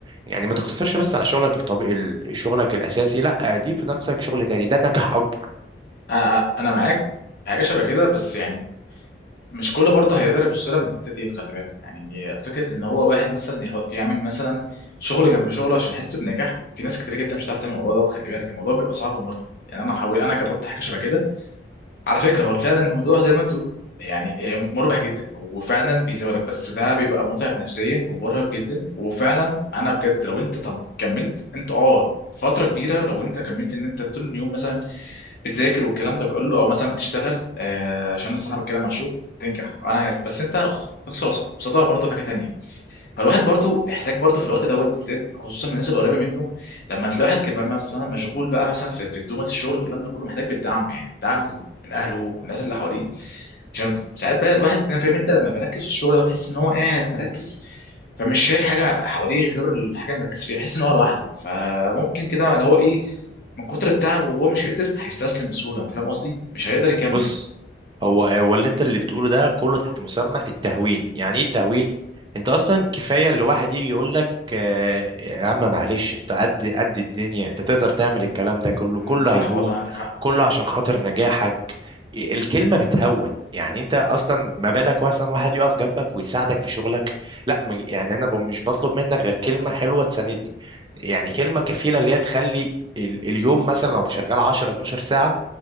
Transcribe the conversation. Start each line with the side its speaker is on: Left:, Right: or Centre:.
Right: يعني ما تقتصرش بس على شغلك الطبيعي ال- شغلك الاساسي لا ضيف في نفسك شغل تاني ده نجاح اكبر
Left: آه، آه، انا معاك في حاجه شبه كده بس يعني مش كله برضه هيقدر يبص لها من الحته دي خلي بالك يعني فكره ان هو الواحد مثلا يحط يعمل مثلا شغل جنب شغله عشان يحس بنجاح في ناس كتير جدا مش هتعرف تعمل الموضوع دوت خلي بالك الموضوع بيبقى صعب ومرهق يعني انا حاول انا جربت حاجه شبه كده على فكره هو فعلا الموضوع زي ما انت تقول يعني آه، مربح جدا وفعلا بيزودك بس ده بيبقى متعب نفسيا ومرهق جدا وفعلا انا بجد لو انت طب كملت انت اه فتره كبيره لو انت كملت ان انت طول اليوم مثلا بتذاكر والكلام ده كله او مثلا بتشتغل آه عشان انا الصراحه بتكلم عن الشغل تنجح انا عارف بس انت خ- تخسر قصادها برضه حاجه تانية فالواحد برضو محتاج برضو في الوقت دوت بالذات خصوصا من الناس القريبه منه لما تلاقي واحد كمان مثلا مشغول بقى مثلا في في دومه الشغل والكلام ده كله محتاج بالدعم يعني الدعم من اهله والناس اللي حواليه عشان ساعات بقى الواحد ده، فاهم انت لما بيركز في الشغل ده بيحس ان هو قاعد مركز فمش شايف حاجه حواليه غير الحاجه اللي مركز فيها بيحس ان هو لوحده فممكن كده اللي هو ايه من كتر التعب وهو مش قادر هيستسلم بسهوله انت فاهم قصدي مش هيقدر يكمل
Right: بص هو هو اللي انت اللي بتقوله ده كله تحت مسمى التهوين يعني ايه التهوين انت اصلا كفايه اللي واحد يجي يقول لك آه، يا عم معلش انت قد قد الدنيا انت تقدر تعمل الكلام ده كله
Left: مم،
Right: كله
Left: صح
Right: هيهون
Left: والله عندك حق
Right: كله عشان خاطر نجاحك الكلمة بتهون يعني انت اصلا ما بالك مثلا واحد يقف جنبك ويساعدك في شغلك لا م- يعني انا ب- مش بطلب منك غير كلمة حلوة تساندني يعني كلمة كفيلة اللي هي تخلي ال- اليوم مثلا لو شغال 10 12 ساعة